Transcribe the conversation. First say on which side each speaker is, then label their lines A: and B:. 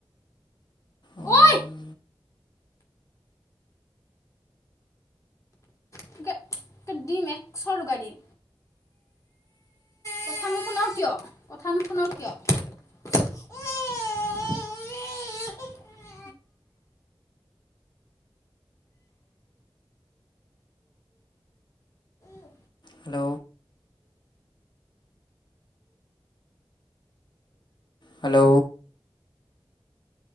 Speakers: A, on the left; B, on the left.
A: উম,
B: ঐ তোকে তোকে দিম এক চৰ লগাই দিম। কথা নুশুন কিয় কথা নুশুন কিয়? <unintelligible> যে
A: hello. Hello.